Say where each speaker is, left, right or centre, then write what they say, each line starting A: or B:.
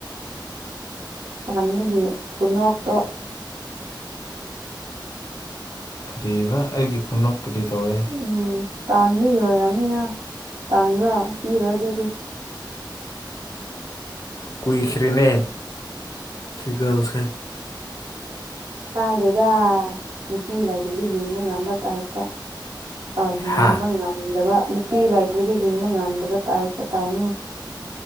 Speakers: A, on the right; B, on the left.
A: ꯅꯃꯤꯒꯤ ꯈꯨꯟꯛꯇ
B: ꯀꯔꯤꯕ ꯑꯩꯒꯤ ꯈꯨꯅꯣ ꯀꯔꯤ ꯇꯧꯋꯦ
A: ꯎꯝ ꯇꯥꯟꯕꯕꯤ ꯑꯣꯏꯔꯕꯅꯤꯅ ꯇꯥꯟꯕ꯭ꯔꯣ ꯄꯤꯔꯣꯏ ꯑꯗꯨꯗꯤ
B: ꯀꯏꯈꯔꯤꯅꯦ ꯁꯤꯀꯁꯦ
A: ꯆꯥꯏꯔꯦꯗ ꯅꯨꯄꯤ ꯂꯥꯏꯗꯗ ꯍꯤꯡꯕ ꯉꯝꯕ ꯇꯥꯏꯞꯇ ꯑ ꯍꯤꯡꯕ
B: ꯍꯥ
A: ꯉꯝꯗꯕ ꯅꯨꯄꯤ ꯂꯥꯏꯔꯤꯛꯇꯨꯗꯤ ꯍꯤꯡꯕ ꯉꯝꯗꯕ ꯇꯥꯏꯇ ꯇꯥꯎꯅ